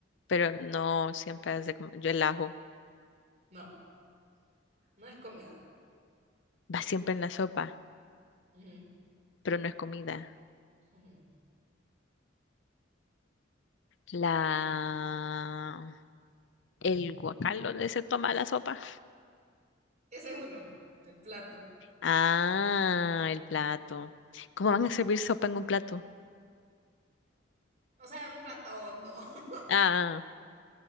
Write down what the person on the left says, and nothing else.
pero no siempre es de com- Yo el ajo
va siempre en la sopa,
pero no es comida.
La... El guacal donde se toma la sopa.
Ah, el plato. ¿Cómo van a servir sopa en un plato?
Ah.